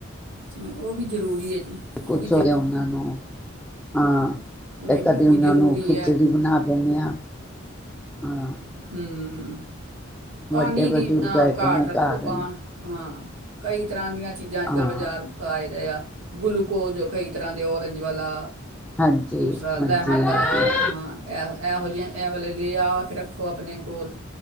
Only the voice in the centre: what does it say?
ਕੁਛ
ਹੋ
ਗਿਆ ਉਹਨਾਂ ਨੂੰ ਹਾਂ
ਫ
ਕਦੇ
ਉਹਨਾਂ
ਨੂੰ ਖਿਚੜੀ ਬਣਾ ਦਿੰਦੇ ਹਾਂ ਹਾਂ
ਵੱਡੇ ਬਜ਼ੁਰਗ
ਹੈਗੇ
ਨੇ
ਘਰ
ਹਾਂ
ਹਾਂਜੀ
ਹਾਂਜੀ ਹਾਂਜੀ